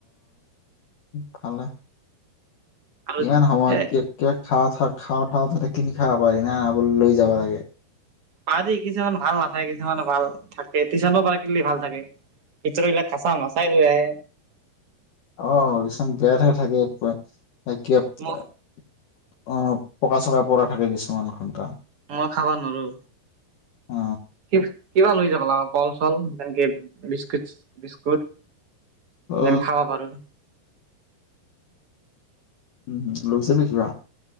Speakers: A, on the left; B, on the right.
A: ভালা
B: আৰু
A: ইমান সময়
B: এ
A: কি কিয় খা থাক খাওঁ। ক তাতে কিনি খাব পাৰি না খাব লৈ যাব লাগে।
B: পাৰি, কিছুমান ভাল নাথাকে কিছুমান ভাল থাকে। টিউশচনো পা কিনিলে ভাল থাকে। ভিতৰবিলাক কাচা মিচাই লৈ আহে।
A: আহ কিছুমান বেয়াতহে থাকে পুৰা। হয় কিয়ত পৰে
B: ম
A: অ অ পকা চকা পৰা থাকে কিছুমান ঘণ্টা।
B: মই খাবা নৰো।
A: অ
B: কিছ কিবা লৈ যাব লাগিব কল চল যেনেকে বিস্কুট বিস্কুট
A: অ
B: যেম খাবা পাৰো।
A: উ লৈছে দে কিবা।